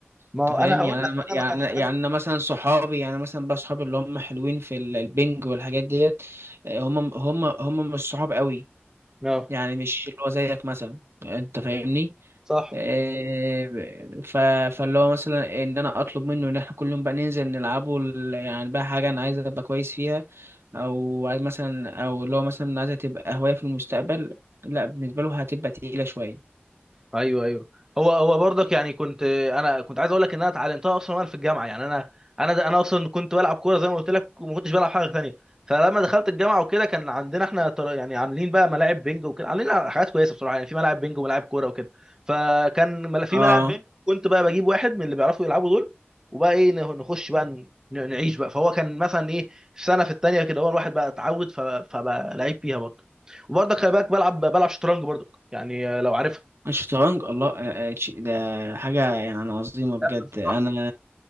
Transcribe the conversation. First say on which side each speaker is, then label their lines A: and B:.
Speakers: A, on the right; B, on the right.
A: ما
B: انت
A: هو انا
B: فاهم
A: هقول
B: يعني
A: لك
B: انا م-
A: انا
B: يعني
A: ما كانش
B: يعني
A: عندي
B: انا مثلا صحابي يعني مثلا بقى صحابي اللي هم حلوين في ال- البنج والحاجات ديت آه، هم هم هم مش صحاب قوي
A: اه
B: يعني مش اللي هو زيك مثلا انت فاهمني
A: صح
B: إيه، ف... فاللي هو مثلا ان انا اطلب منه ان احنا كل يوم بقى ننزل نلعبه ال- يعني بقى حاجه انا عايز ابقى كويس فيها او عايز مثلا او اللي هو مثلا عايزها تبقى هوايه في المستقبل لا بالنسبه له هتبقى تقيله شويه
A: ايوه ايوه هو هو برضك يعني كنت انا كنت عايز اقول لك ان انا اتعلمتها اصلا وانا في الجامعه يعني انا انا انا اصلا كنت بلعب كوره زي ما قلت لك وما كنتش بلعب حاجه ثانيه فلما دخلت الجامعه وكده كان عندنا احنا تر- يعني عاملين بقى ملاعب بينج وكده عاملين حاجات كويسه بصراحه يعني في ملاعب بينج وملاعب كوره وكده فكان مل- في
B: اه
A: ملاعب بينج كنت بقى بجيب واحد من اللي بيعرفوا يلعبوا دول وبقى ايه ن- نخش بقى ن- نعيش بقى فهو كان مثلا ايه في سنه في الثانيه كده هو الواحد بقى اتعود ف- فبقى لعيب فيها برضه وبرضه خلي بالك بلعب بلعب شطرنج برضه يعني لو عارف
B: الشطرنج الله آه، آه، شيء- ده حاجه يعني عظيمه بجد
A: جامده بصراحه
B: انا
A: جامده